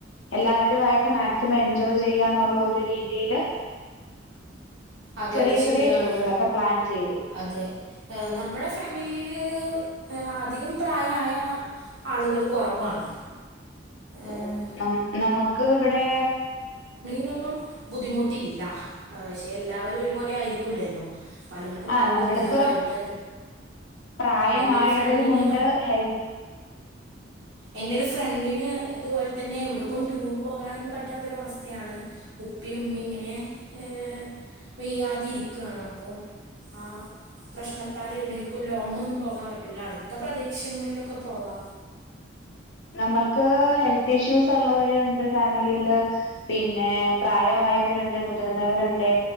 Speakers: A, on the left; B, on the right.
A: എല്ലാവരും മായിട്ട് മാക്സിമം എൻജോയ് ചെയ്യാന്നൊള്ള ഒരു രീതിയില്
B: അതെ
A: ചെറിയ
B: അത് ശരിയാണ്
A: ചെറിയ ടൂറുകളൊക്കെ പ്ലാൻ ചെയ്തു.
B: അതെ നമ്മുടെ ഫാമിലിയില് അധികം പ്രായമായ ആളുകൾ കുറവാണ്.
A: ഓ
B: ഏഹ്
A: ന നമുക്ക് ഇവിടെ
B: നൊന്നും ബുദ്ധിമുട്ടില്ല പക്ഷെ എല്ലാവരും ഒരുപോലെ ആയിരിക്കൂല്ലല്ലോ പലർക്കും
A: ആ
B: പല
A: നമ്മൾക്ക്
B: ബുദ്ധിമുട്ടുകളായിട്ട്
A: പ്രായമായവരുമുണ്ട്
B: എൻ്റെ ഒരു ഫ്രണ്ടിന്
A: ഹെൽപ്
B: എന്റെ ഒരു ഫ്രണ്ടിന് ഇതുപോലെ തന്നെ എവിടേക്കും ടൂർ പോകാനൊന്നും പറ്റാത്തൊരവസ്ഥയാണ് ഉപ്പി ഉമ്മി ഇങ്ങനെ ഏ വയ്യാതെ ഇരിക്കുകാണ് അപ്പോ ആ പ്രശ്നത്താൽ എവിടേക്കും ലോങ് ഒന്നും പോകാൻ പറ്റൂല അടുത്ത പ്രദേശങ്ങളിലൊക്കെ പോവാ.
A: നമുക്ക് ഹെൽത്ത് ഇഷ്യൂസ് ഉള്ളവരു ഉണ്ട് ഫാമിലിയില് പിന്നെ പ്രായമായവരുണ്ട് മുതിർന്നവരുണ്ട്